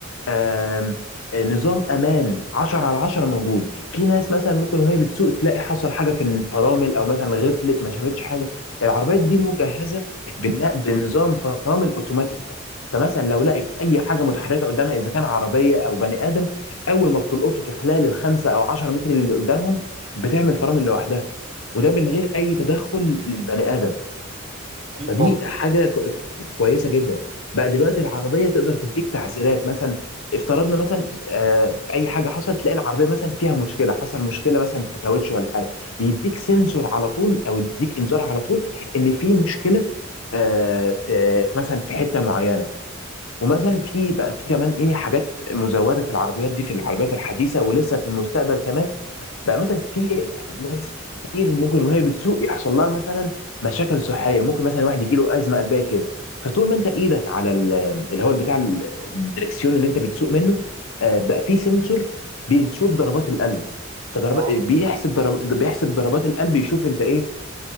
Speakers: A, on the left; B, on the right.
A: آم، آه، نظام امان 10 على 10 موجود في ناس مثلا ممكن وهي بتسوق تلاقي حصل حاجه في الفرامل او مثلا غفلت ما شافتش حاجه العربيات دي مجهزه بالن- بنظام فرامل اوتوماتيك فمثلا لو لقيت اي حاجه متحركه قدامها اذا كان عربيه او بني ادم اول ما بتلقطه في خلال الخمسه او 10 متر اللي قدامهم بتعمل فرامل لوحدها وده من غير اي تدخل للبني ادم
B: اكيد
A: فدي
B: طبعا
A: حاجه ك- كويسه جدا بقى دلوقتي العربيه تقدر تديك تعزيرات مثلا افترضنا مثلا آه، اي حاجه حصلت تلاقي العربيه مثلا فيها مشكله حصل مشكله مثلا في كاوتش ولا حاجه يديك سنسور على طول او يديك انذار على طول ان في مشكله آه، في في مثلا في حته معينه ومثلا في بقى في كمان ايه حاجات مزوده في العربيات دي في العربيات الحديثه ولسه في المستقبل كمان بقى مثلا في ناس كتير ممكن وهي بتسوق يحصل لها مثلا مشاكل صحيه ممكن مثلا واحد يجي له ازمه قلبيه كده فطول ما انت ايدك على ال- اللي هو بتاع ال- الدركسيون اللي انت بتسوق منه آه، بقى في سنسور بيشوف ضربات القلب فضرب
B: اه
A: بيحسب ضرب بيحسب ضربات القلب يشوف انت ايه